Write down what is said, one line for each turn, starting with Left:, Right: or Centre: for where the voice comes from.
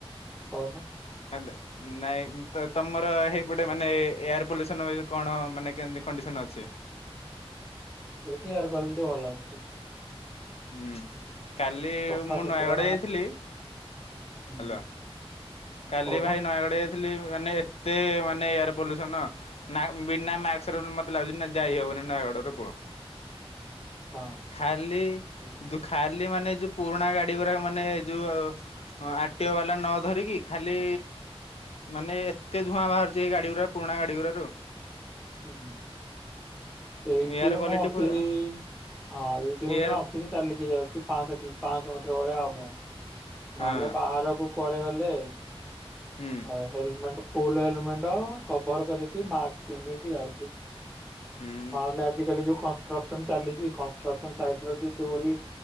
Centre: କହୁନୁ।
Left: ହେଲେ ନାଇଁ ତ ତମର ହେଇପଟେ ମାନେ ଏୟାର ପଲ୍ୟୁସନ କଣ ମାନେ କେମତି କଡିସ ନ ଅଛି।
Centre: ଏଠିକାର କ୍ୱାଲିଟି ଭଲ ଅଛି।
Left: ହୁଁ କାଲି
Centre: ସଫାସୁତୁରା
Left: ମୁଁ ନୟାଗଡ଼ ଯାଇଥିଲି
Centre: ହୁଁ।
Left: ହାଲୋ କାଲି
Centre: କହୁନ
Left: ଭାଇ ନୟାଗଡ଼ ଯାଇ ଥିଲି ମାନେ ଏତେ ମାନେ ଏୟାର ପଲ୍ୟୁସନ, ନା ବିନା ମାସ୍କ ରେ ମତେ ଲାଗୁଛି ଯାଇ ହବ ନି ନୟାଗଡ଼ରେ ପୁଅ
Centre: ଆଚ୍ଛା
Left: ଖାଲି
Centre: ହୁଁ।
Left: ଖାଲି ମାନେ ଯୋଉ ପୁରୁଣା ଗାଡି ଗୁରାକ ମାନେ ଯୋଉ ଆର ଟି ଓ ବାଲା ନ ଧରିକି ଖାଲି ମାନେ ଏତେ ଧୂଆଁ ବାହାରୁଚି ଏ ଗାଡ଼ି ଗୁରା ପୁରୁଣା ଗାଡ଼ି ଗୁଡାରୁ।
Centre: ହୁଁ ଏଇଠି
Left: ଏୟାର କ୍ଵାଲିଟି
Centre: ମୋ ଅଫିସ
Left: ପୁରା
Centre: ହଁ ଏଇଠି ମୁଁ
Left: ଏୟାର
Centre: ସିନା ଅଫିସ ଚାଲିକି ଯାଉଛି ପାଂଶହ କିଲୋ ପାଂଶହ ମିଟର ଭଳିଆ ହବ
Left: ହଁ
Centre: ନହେଲେ ବାହାରକୁ କୁଆଡେ ଗଲେ
Left: ହୁଁ
Centre: ଆ ହେଲମେଟ ଫୁଲ ହେଲମେଟ କଭର କରିକି ମାସ୍କ ପିନ୍ଧିକି ଯାଉଛି।
Left: ହୁଁ
Centre: ନହେଲେ ଆଜି କାଲି ଯୋଉ କନଷ୍ଟ୍ରକ୍ସନ ଚାଲିଚି କନ୍ରକ୍ସନ ସାଇଟରେ ଯୋଉ ଧୂଳି